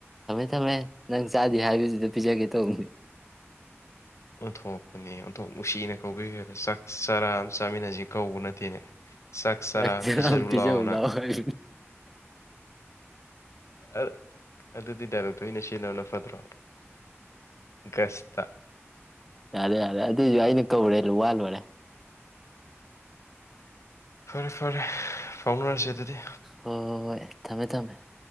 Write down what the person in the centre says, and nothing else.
ꯊꯃꯦ ꯅꯪ ꯆꯥꯗꯦ ꯍꯥꯏꯗꯨꯗ ꯄꯤꯖꯒꯦ ꯇꯧ
ꯆꯆꯝ
ꯄꯤꯖꯦ
ꯑꯣꯂꯑꯣ ꯍꯥꯏ
ꯌꯥꯔꯦ ꯌꯥꯔꯦ ꯑꯗꯨꯗꯤꯁꯨꯏꯅꯤ ꯧ ꯎꯔꯦ ꯂ ꯋꯥꯜ ꯋꯥꯔꯦ
ꯍꯣꯏ ꯍꯣꯏ ꯍꯣꯏ ꯊꯝꯃꯦ ꯊꯝꯃꯦ